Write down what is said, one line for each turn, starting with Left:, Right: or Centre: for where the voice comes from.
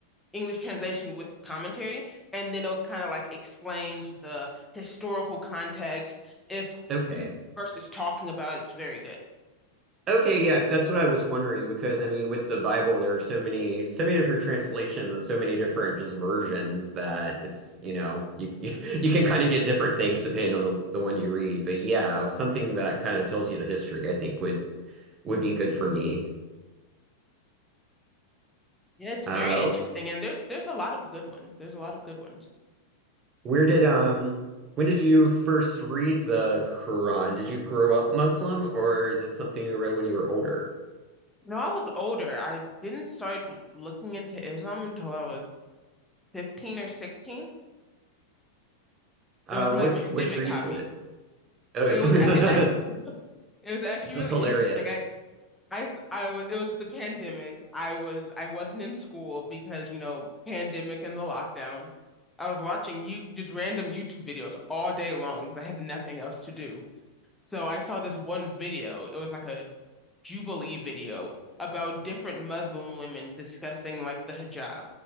Centre: English translation with commentary, and then it'll kind of like explains the historical context. If
Right: okay.
Centre: who verse is talking about, it's very good.
Right: Okay, yeah, that's what I was wondering because I mean, with the Bible, there are so many, so many different translations and so many different just versions that it's, you know, you you, <laughs> you can kind of get different things depending on the the one you read. But yeah, something that kind of tells you the history, I think would would be good for me.
Centre: Yeah, it's
Right: Uh,
Centre: very interesting, and there's there's a lot of good ones. There's a lot of good ones.
Right: where did um, when did you first read the Quran? Did you grow up Muslim, or is it something you read when you were older?
Centre: No, I was older. I didn't start l- looking into Islam until I was 15 or 16.
Right: Uh,
Centre: It was my
Right: what
Centre: pandemic
Right: what drew you
Centre: hobby.
Right: toward it? Oh,
Centre: It was a- it's actually
Right: <laughs>
Centre: <laughs> it was actually
Right: that's
Centre: really
Right: hilarious.
Centre: interesting. I I s- I wa- it was the pandemic. I was I wasn't in school because, you know, pandemic and the lockdowns. I was watching you just random YouTube videos all day long because I had nothing else to do. So I saw this one video. It was like a Jubilee video about different Muslim women discussing like the hijab.